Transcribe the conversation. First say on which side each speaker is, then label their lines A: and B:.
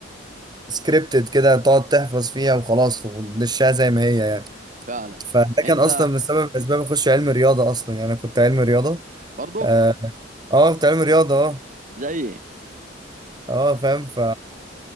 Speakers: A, on the right (about 25°); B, on the right (about 45°).
A: سكريبتد كده تقعد تحفظ فيها وخلاص وتدشها زي ما هي يعني
B: فعلا
A: فده
B: انت
A: كان اصلا من سبب من اسباب اخش علم رياضه اصلا يعني انا كنت علم رياضه
B: برضه
A: اه آه، كنت علم رياضه اه
B: زيي
A: اه فاهم ف